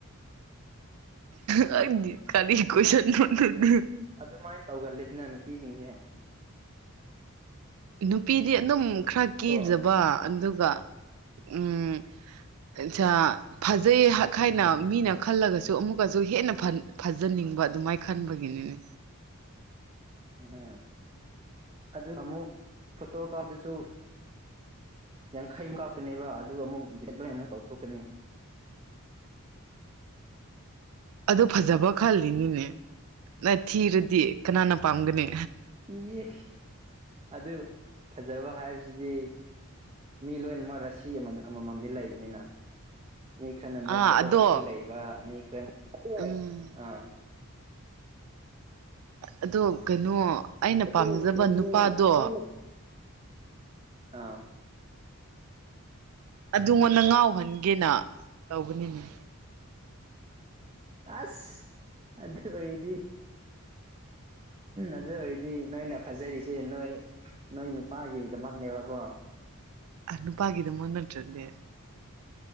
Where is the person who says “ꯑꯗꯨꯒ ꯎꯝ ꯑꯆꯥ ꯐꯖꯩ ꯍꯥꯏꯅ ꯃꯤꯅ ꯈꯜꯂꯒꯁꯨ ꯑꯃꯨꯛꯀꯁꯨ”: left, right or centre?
Right